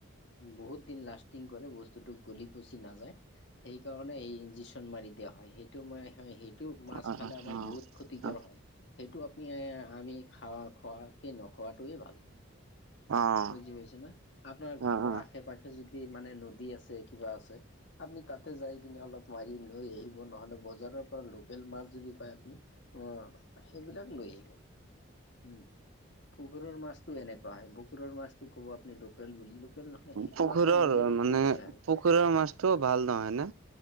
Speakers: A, on the left; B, on the right.
A: বহুত দিন লাষ্টিং কৰে, বস্তুটো গলি পচি নাযায়। সেইকাৰণে এই ইঞ্জেক্যন মাৰি দিয়া হয়, সেইটো ম সেই টো মাছ
B: অ',
A: খালে আমাৰ বহুত ক্ষতিকৰ
B: অ',
A: হয়। সেইটো আপুনি, আমি খাৱা খোৱাকে নোখোৱাটোৱে ভাল।
B: অ'।
A: <unintelligible> না আপোনাৰ ঘৰৰ
B: অ', অ',
A: আশে পাশে যদি মানে নদী আছে, কিবা আছে আপুনি তাতে যাই কিনে অলপ মাৰি লৈ আহিব, নহলে বজাৰৰ পৰা লোকেল মাছ যদি পায় আপুনি অ', সেইবিলাক লৈ আহিব। উম, পুখুৰীৰ মাছটো এনেকুৱা হয়। পুখুৰীৰ মাছটো ক'ব, আপুনি লোকেল বুলি নহয়, সেইটোও
B: পুখুৰৰ
A: আপোনাৰ লোকেলত
B: মানে
A: কৰিছে হয়
B: পুখুৰৰ
A: সেই
B: মাছটো ভাল নহয় নে?